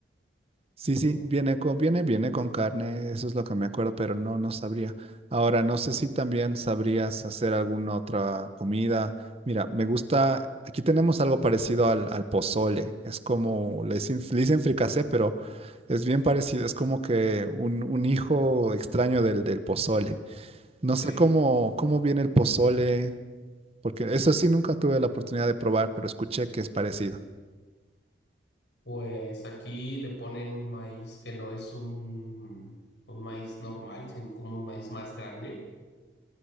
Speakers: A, on the right; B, on the left.
A: Sí,
B: ¿no?
A: sí, viene con, viene, viene con carne, eso es lo que me acuerdo, pero no, no sabría. Ahora, no sé si también sabrías hacer alguna otra comida. Mira, me gusta, aquí tenemos algo parecido al, al pozole, es como, le dicen, le dicen fricasé, pero es bien parecido, es como que un, un hijo extraño del, del pozole. No
B: Ok.
A: sé cómo, cómo viene el pozole, porque eso sí nunca tuve la oportunidad de probar, pero escuché que es parecido.
B: Pues aquí le ponen un maíz que no es un, un maíz normal, sino como un maíz más grande.